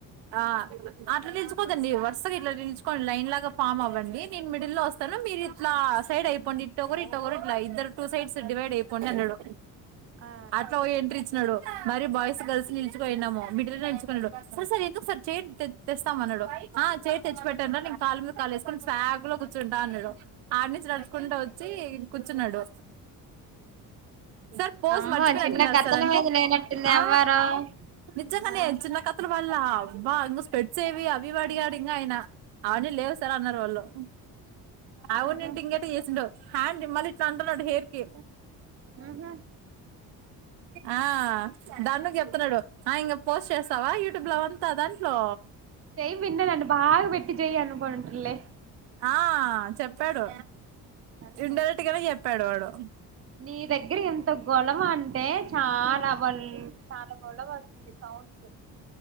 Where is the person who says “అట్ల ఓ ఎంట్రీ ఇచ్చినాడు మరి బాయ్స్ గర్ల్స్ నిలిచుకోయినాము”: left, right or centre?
Right